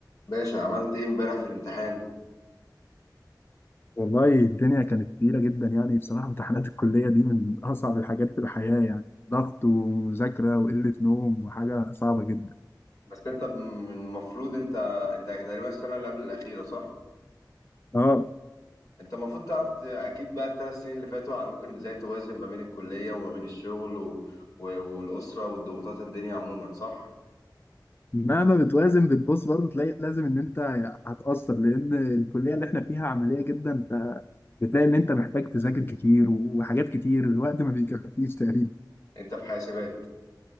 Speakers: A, on the left; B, on the left.
A: باشا عملت ايه امبارح في الامتحان
B: والله الدنيا كانت تقيلة جدا يعني بصراحة امتحانات الكلية دي من أصعب الحاجات في الحياة يعني ضغط ومذاكرة وقلة نوم وحاجة صعبة جدا
A: بس انت من المفروض انت انت تقريبا السنه اللي قبل الاخيره صح
B: اه
A: انت المفروض تعرف ت- اكيد بقى الثلاث سنين اللي فاتوا على ممكن ازاي توازن ما بين الكليه وما بين الشغل و... و... والاسره والضغوطات الدنيا عموما صح
B: مهما بتوازن بتبص برضه تلاقي لازم إن أنت هتأثر لأن الكلية اللي إحنا فيها عملية جدا فبتلاقي إن أنت محتاج تذاكر كتير وحاجات كتير الوقت ما بيكفيش تقريبا
A: انت في حاسبات